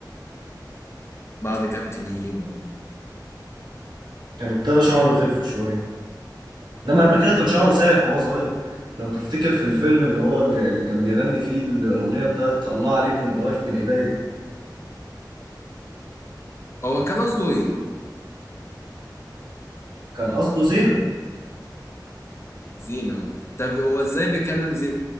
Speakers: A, on the left; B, on the right.
A: بعد كابتن هيما
B: كان ابتدى شعره يخف شويه انما قبل كده كان شعره سايح وهو صغير لو تفتكر في الفيلم اللي هو اللي اللي كان بيغني فيه الاغنيه بتاعت الله عليك وانت واقف بين ايديا
A: هو كان قصده ايه
B: كان قصده زينه
A: زينه طب هو ازاي بيكلم زينه